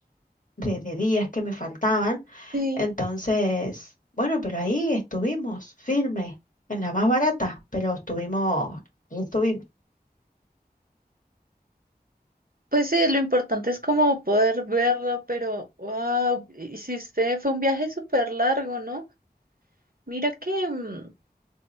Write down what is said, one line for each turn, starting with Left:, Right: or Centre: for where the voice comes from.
Left: de- de días que me faltaban.
Right: Sí.
Left: Entonces, bueno, pero ahí estuvimos, firme, en la más barata, pero estuvimos, ahí estuvimos.
Right: Pues sí, lo importante es como poder verlo, pero wow, hiciste, fue un viaje súper largo, ¿no? Mira que mm,